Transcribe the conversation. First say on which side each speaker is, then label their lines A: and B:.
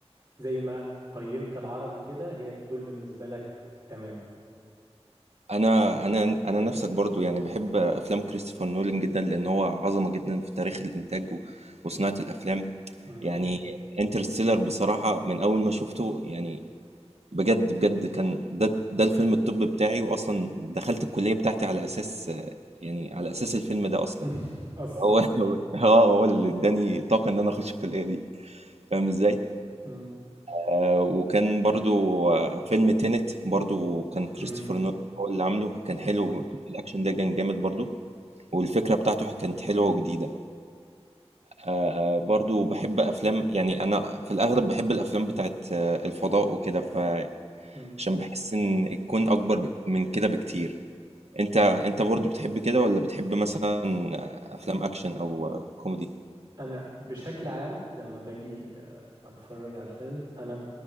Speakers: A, on the right; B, on the right.
A: زي ما قيمت العربي كده هي دول بالنسبه لك تمام
B: انا انا انا نفسك برضو يعني بحب افلام كريستوفر نولان جدا لان هو عظمه جدا في تاريخ الانتاج و- وصناعه الافلام
A: مم.
B: يعني انترستيلر بصراحه من اول ما شفته يعني بجد بجد كان ده ده الفيلم الطب بتاعي واصلا دخلت الكليه بتاعتي على اساس يعني على اساس الفيلم ده اصلا
A: <laughs> اصلا
B: هو <laughs> هو آه، هو اللي اداني طاقه ان انا اخش الكليه دي فاهم ازاي
A: مم.
B: آه، وكان برضو آه، فيلم تينت برضو كان كريستوفر
A: مم.
B: نولان هو اللي عامله كان حلو الأكشن ده كان جامد برضو والفكرة بتاعته كانت حلوة وجديدة آه، آه، برضو بحب أفلام يعني أنا في الأغلب بحب الأفلام بتاعت آه، الفضاء وكده فعشان
A: ايوه
B: بحس إن الكون أكبر بك- من كده بكتير أنت أنت برضو بتحب كده ولا بتحب مثلا أفلام أكشن أو آه، كوميدي؟
A: انا بشكل عام لما باجي آه، اتفرج على الفيلم انا ب-